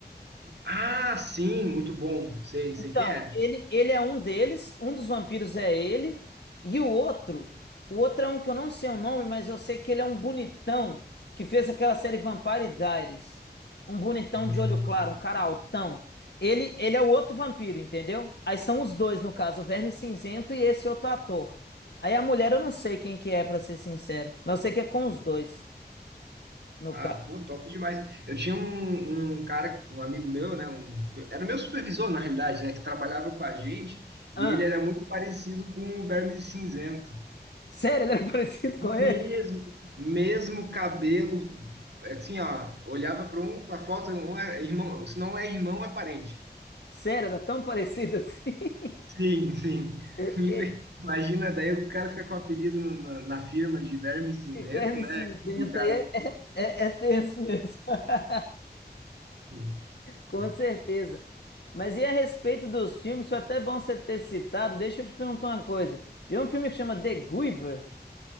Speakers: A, on the right; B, on the left.
A: Ah, sim, muito bom. Sei, sei
B: Então,
A: quem é.
B: ele, ele é um deles, um dos vampiros é ele, e o outro, o outro é um que eu não sei o nome, mas eu sei que ele é um bonitão que fez aquela série Vampire Diaries. Um bonitão
A: Uhum.
B: de olho claro, um cara altão. Ele, ele é o outro vampiro, entendeu? Aí são os dois, no caso, o Verme Cinzento e esse outro ator. Aí a mulher eu não sei quem que é, pra ser sincero, mas eu sei que é com os dois, no
A: Ah,
B: caso.
A: pô, top demais. Eu tinha um, um cara, um amigo meu, né? um- era o meu supervisor, na realidade, né? Que trabalhava com a gente, e
B: Ah,
A: ele era muito parecido com o Verme Cinzento.
B: sério, ele é <laughs> parecido com ele?
A: Mesmo, mesmo cabelo, assim, ó, olhava para um, para a foto, um é irmão, se não é irmão, é parente.
B: Sério, era tão parecida assim.
A: Sim,
B: <laughs>
A: sim.
B: Que
A: <laughs> Infe- Imagina, daí o cara fica com o apelido na, na firma de Verme Cinzento,
B: de verme
A: né?
B: cinzenta.
A: É complicado.
B: aí É, é, é é tenso mesmo. <laughs>
A: Hum,
B: Com
A: hum.
B: certeza. Mas e a respeito dos filmes, foi até bom você ter citado. Deixa eu te perguntar uma coisa. Tem um filme que chama The Giver.